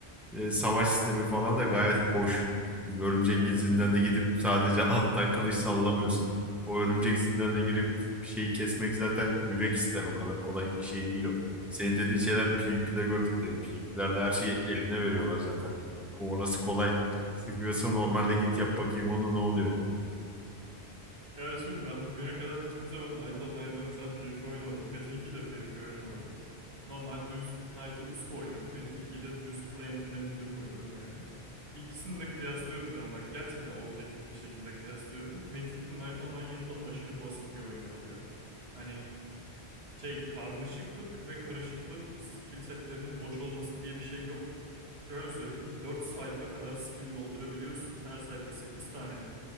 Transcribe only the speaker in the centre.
e, savaş sistemi falan da gayet hoş. Örümcek
zindanına
gidip sadece <laughs> attan kılıç sallamıyorsun. O örümcek zindanına girip bir şeyi kesmek zaten yürek ister. O kadar kolay bir şey değil o. Senin dediğin şeyler PvP'de gördüklerim. PvP'lerde her şeyi eline veriyorlar zaten. O Orası kolay. Sıkıyorsa normalde git yap bakayım onu ne oluyor.